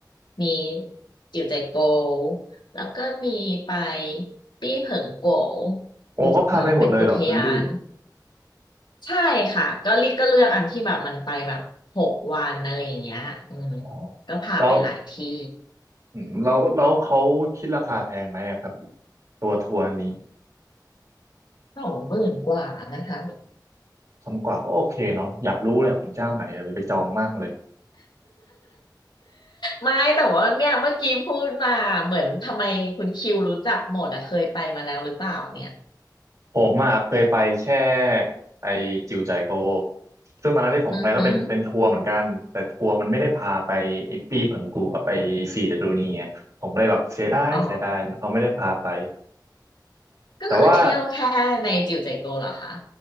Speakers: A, on the left; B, on the right.
A: มีจิวใจโกวแล้วก็มีไปปี้เผิงโกว
B: โอ้ก็พาไปหมดเลยเหรอคุณลี่
A: อุอ่าเป็นอุทยาน ใช่ค่ะก็ลิก็เลือกอันที่แบบมันไปแบบหกวันอะไรอย่างเงี้ยอืม
B: อ๋อ
A: ก็พาไปหลายที่
B: แล้วอืมแล้วแล้วเขาคิดราคาแพงไหมอะครับตัวทัวร์นี้
A: สองหมื่นกว่านะคะ
B: คนกว่าก็โอเคเนาะอยากรู้เลยของเจ้าไหนเดี๋ยวไปจองมั่งเลย
A: ไม่แต่ว่าเนี่ยเมื่อกี้พูดมาเหมือนทำไมคุณคิวรู้จักหมดอะเคยไปมาแล้วหรือเปล่าเนี่ย
B: ผมอ่ะเคยไปแค่ไอจิวใจายโกซึ่งตอนนั้นที่ผมไปก็เป็นเป็นทัวร์เหมือนกันแต่ทัวร์มันไม่ได้พาไปไอปีเผิงกูกับไอสี่เดอะดูนีอะผมเลยแบบเสียดายเสียดายเขาไม่ได้พาไป
A: อือหืออ๋อก็คือเที่ยวแค่ในจิวเจโกเหรอคะ
B: แต่ว่า